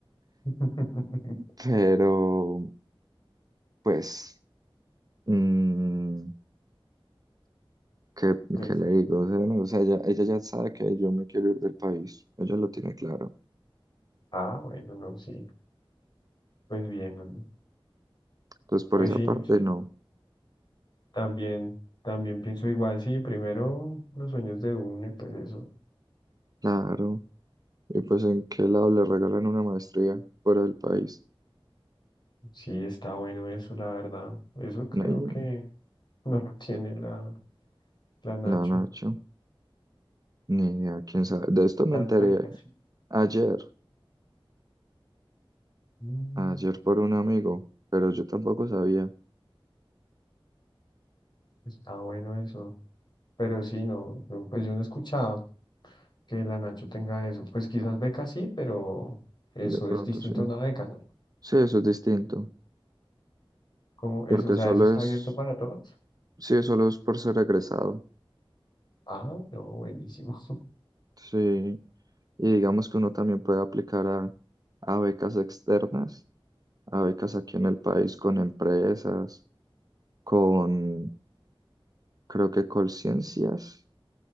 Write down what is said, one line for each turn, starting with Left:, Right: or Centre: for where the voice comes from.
Left: <laughs>
Right: Pero, pues, mm, ¿qué,
Left: Pues
Right: qué le
Left: sí.
Right: digo? O sea, no, o sea, ella, ella ya sabe que yo me quiero ir del país. Ella lo tiene claro.
Left: Ah, bueno, no, sí. Pues bien, hombre.
Right: Entonces, por
Left: Pues
Right: esa
Left: sí,
Right: parte,
Left: no, sí.
Right: no.
Left: También, también pienso igual, sí, primero los sueños de uno y pues eso.
Right: Claro. Y pues, ¿en qué lado le regalan una maestría fuera del país?
Left: Sí, está bueno eso, la verdad. Eso creo
Right: No, y-
Left: que <laughs> no lo tiene la, la Nacho.
Right: la Nacho. Ni idea, quién
Left: Pues,
Right: sabe. De esto me
Left: Las
Right: enteré
Left: becas, sí.
Right: ayer,
Left: Mm,
Right: ayer por un amigo, pero yo tampoco sabía.
Left: está bueno eso. Pero sí, no, no, pues yo no he escuchado que la Nacho tenga eso. Pues quizás becas sí, pero eso
Right: De pronto
Left: es distinto
Right: sí.
Left: a una beca, ¿no?
Right: Sí, eso es distinto,
Left: Como
Right: porque
Left: eso, o sea,
Right: solo
Left: eso está
Right: es,
Left: abierto para todos.
Right: sí, solo es por ser egresado.
Left: Ah, no, buenísimo. <laughs>
Right: Sí. Y digamos que uno también puede aplicar a, a becas externas, a becas aquí en el país con empresas, con, creo que Colciencias